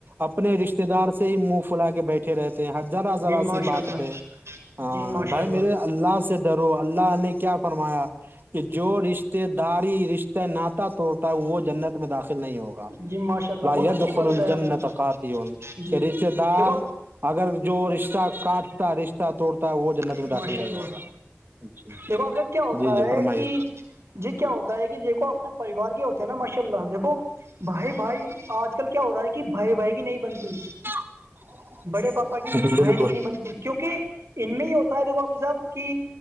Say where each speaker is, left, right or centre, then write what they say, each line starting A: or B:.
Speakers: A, on the right; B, on the right.
A: اپنے رشتے دار سے ہی منہ پلا کے بیٹھے رہتے ہیں ذرا ذرا
B: جی ماشاء
A: سی بات
B: اللہ
A: پہ ہ
B: جی ماشاء
A: بھائی میرے اللہ سے و اللہ نے کیا فرمایا کہ جو رشتے د داری رشتے ناتا توڑتا وہ جنت میں داخل نہیں ہوگا ب
B: جی ماشاء اللہ بہت اچھی
A: بخل
B: بات
A: الجنتقات
B: بتایا آپ نے
A: ان
B: جی
A: کہ رشتے دار
B: دیکھو
A: اگر جو رشتہ کاٹتا رشتہ توڑتا وہ جنت
B: جی
A: میں
B: ماشاء
A: داخل نہیں
B: اللہ
A: ہوگا جی
B: دیکھو آپ جب کیا ہوتا
A: جی جی
B: ہے
A: فرمائیے
B: کہ جی کیا ہوتا ہے کہ دیکو اپنے پریوار کے ہوتے ہیں نا ماشاء اللہ دیکھو بھائی بھائی آج کل کیا ہو رہا ہے کہ بھائی بھائی کی نہیں بنتی
A: <unintelligible>
B: بڑے پاپا کی
A: بالکل
B: بہن کی نہیں بنتی کیونکہ ان میں ہی اور تا دیکو آپی صاحب کہ